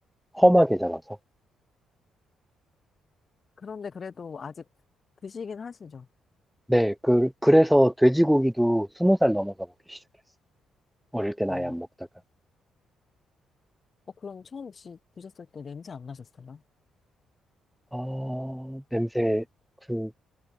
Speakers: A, in the centre; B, on the left (about 40°).
A: 험하게 잡아서.
B: 그런데 그래도 아직 드시긴 하시죠?
A: 네, 그, 그래서 돼지고기도 스무 살 넘어서 먹기 시작했어요. 어릴 땐
B: 아,
A: 아예 안 먹다가.
B: 어, 그럼 처음 혹 드셨을 때 냄새 안 나셨어요?
A: 아, 냄새, 그,